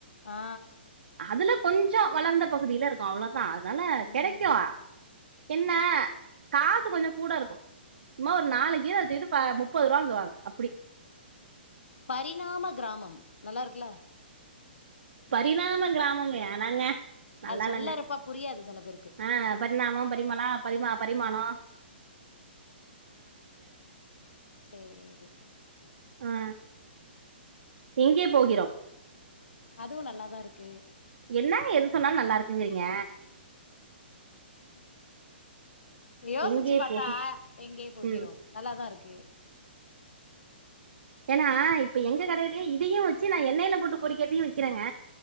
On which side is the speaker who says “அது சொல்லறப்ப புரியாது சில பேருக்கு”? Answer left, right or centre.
Left